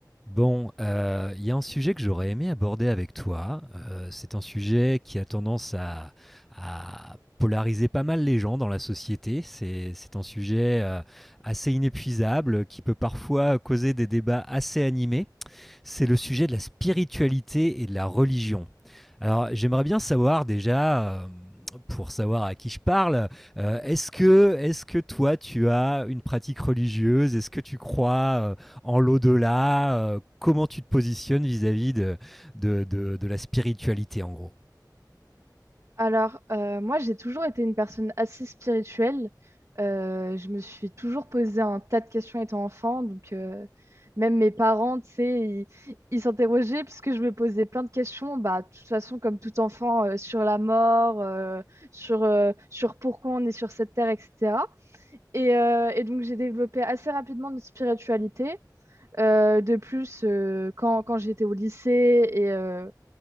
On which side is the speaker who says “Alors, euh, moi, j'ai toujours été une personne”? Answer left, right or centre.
Right